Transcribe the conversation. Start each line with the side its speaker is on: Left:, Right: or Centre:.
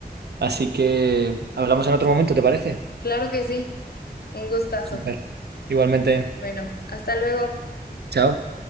Right: Así que hablamos en otro momento, ¿te parece?
Left: claro que sí. Un gustazo.
Right: Súper. Igualmente,
Left: Bueno, hasta luego.
Right: chao.